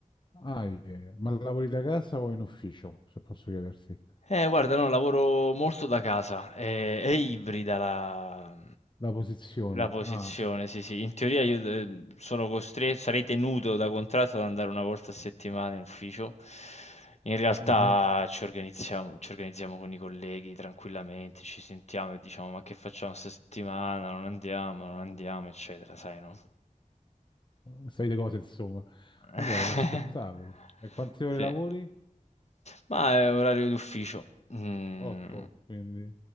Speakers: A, on the left; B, on the left.
A: Ah, eh, Ma lavori da casa o in ufficio, se posso chiedersi?
B: Eh, guarda, no, lavoro molto da casa, eh, è, ibrida la,
A: La posizione.
B: la posizione,
A: Ah,
B: sì, sì. In teoria io eh, sono costretto, sarei tenuto da contratto ad andare una volta a settimana in ufficio. In realtà
A: uh-huh.
B: ci organizziamo, ci organizziamo con i colleghi tranquillamente, ci sentiamo e diciamo ma che facciamo questa settimana? Non andiamo, non andiamo, eccetera, sai, no?
A: Sai di cose, insomma.
B: <laughs>
A: Vabbè, è uno spettacolo. E quante ore
B: Sì.
A: lavori?
B: Ma è orario d'ufficio. Mm,
A: Otto, quindi